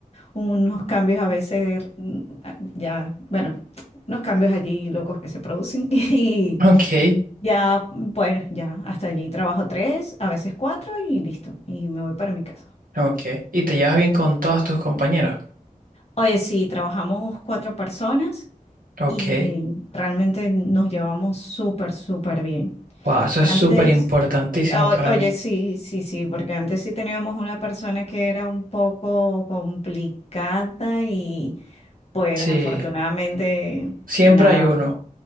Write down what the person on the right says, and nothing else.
<laughs> ok,
ok. ¿Y te llevas bien con todos tus compañeros?
Ok.
Wow, eso es
súper importantísimo
para
mí.
Sí,
siempre
hay uno.